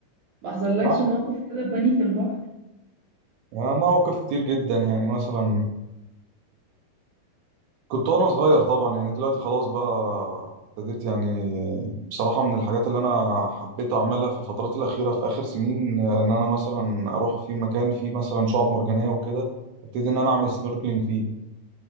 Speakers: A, on the right; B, on the right.
A: ما حصلكش
B: لا
A: موقف كده فاني في البحر
B: آه، مواقف كتير جدا يعني مثلا كنت وانا صغير طبعا يعني دلوقتي خلاص بقى ابتديت يعني بصراحة من الحاجات اللي انا حبيت اعملها في الفترات الاخيرة في اخر سنين آه، ان انا مثلا اروح في مكان فيه مثلا شعاب مرجانية وكده ابتدي ان انا اعمل سنوركلينج فيه